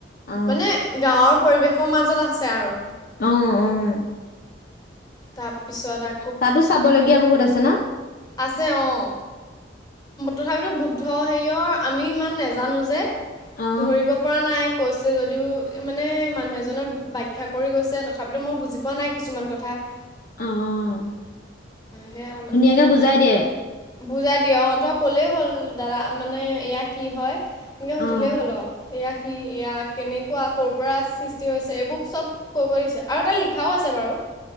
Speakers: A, on the left (about 45°); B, on the left (about 20°).
A: অ
B: মানে গাঁৱৰ- পৰিৱেশৰ মাজত আছে আৰু।
A: অঁ অঁ।
B: তাপিছত আক-
A: তাতো চাবলগীয়া বহুত আছে ন।
B: আছে অঁ। তথাপিতো বৌদ্ধ হেয়ৰ আমি ইমান নাজানো যে,
A: অ
B: ধৰিব পৰা নাই। কৈছে যদিও মানে মানুহ এজনৰ বাখ্যা কৰি গৈছে, তথাপিতো মই বুজি পোৱা নাই কিছুমান কথা। <inaudible>
A: অঁ
B: সেয়া মানে
A: ধুনীয়াকে বুজাই দিয়ে।
B: বুজাই দিয়ে অঁ তই ক'লেই হ'ল দাদা মানে এয়া কি হয়? এনেকে সুধিলেই
A: অ
B: হ'ল, এইয়াক- কি এয়া কেনেকুৱা কৰ' পৰা সৃষ্টি হৈছে এইবোৰ চব কৈ কৈ দিছে, আৰু এটা লিখ- খাও আছে বাৰু।